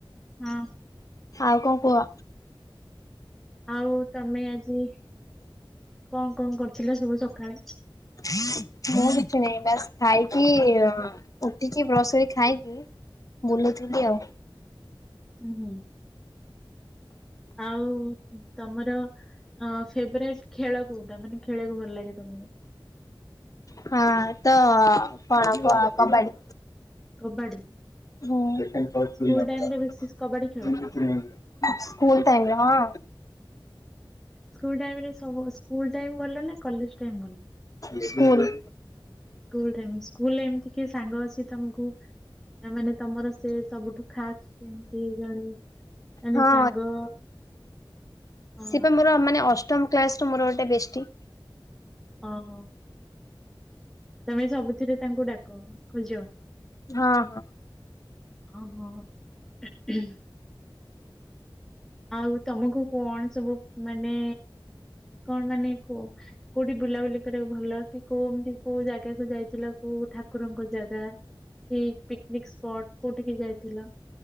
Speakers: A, in the centre; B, on the left.
A: ହଁ।
B: ଆଉ କଣ କୁହ?
A: ଆଉ ତମେ ଆଜି କଣ-କଣ କରୁଥିଲ ସବୁ ସକାଳେ?
B: ମୁଁ କିଛି ନାହିଁ, ବାସ୍ ଖାଇକି ଉଠିକି ବ୍ରସ୍ କରିକି ଖାଇକି ବୁଲୁଥିଲି ଆଉ।
A: ହୁଁ-ହୁଁ। ଆଉ ତମର ଅ ଫେବରାଇଟ୍ ଖେଳ କୋଉଟା ମାନେ ଖେଳିଆକୁ ଭଲ ଲାଗେ ତମୁକୁ?
B: ହଁ ତ କଣ କବାଡି।
A: କବାଡି
B: ହୁଁ। ସ୍କୁଲ
A: ସ୍କୁଲ ଟାଇମ ରେ ବେଶୀ କବାଡି ଖେଳ
B: ଟାଇମ୍ ରେ ହଁ।
A: ସ୍କୁଲ ଟାଇମ୍ ରେ ସବୁ ସ୍କୁଲ ଟାଇମ୍ ଭଲ ନା କଲେଜ୍ ଟାଇମ୍ ଭଲ?
B: ସ୍କୁଲ୍।
A: ସ୍କୁଲ୍ ଟାଇମ୍, ସ୍କୁଲରେ ଏମ୍ତି କିଏ ସାଙ୍ଗ ଅଛି ତମୁକୁ ମାନେ ତମର ସେ ସବୁଠୁ ଖାସ୍ ସେମ୍ତି ଜଣେ ମାନେ
B: ହଁ
A: ସାଙ୍ଗ ହଁ
B: ସେ ପା ମୋର ମାନେ ଅଷ୍ଟମ୍ କ୍ଲାସ୍ ରୁ ମୋର ଗୋଟେ ବେଷ୍ଟୀ।
A: ହଁ-ହଁ। ତମେ ସବୁଥିରେ ତାଙ୍କୁ ଡାକ ଖୋଜ
B: ହଁ ହଁ।
A: ଓହୋ। ହୁଁ <unintelligible> ଆଉ ତମକୁ କଣ ସବୁ ମାନେ କଣ ମାନେ କୋଉଠି ବୁଲାବୁଲି କରିବାକୁ ଭଲ କି କୋଉମ୍ତି ଜାଗାକୁ ଯାଇଥିଲ କୋଉ ଠାକୁରଙ୍କ ଜାଗା କି ପିକନିକ୍ ସ୍ପଟ୍ କୋଉଠିକି ଯାଇଥିଲ?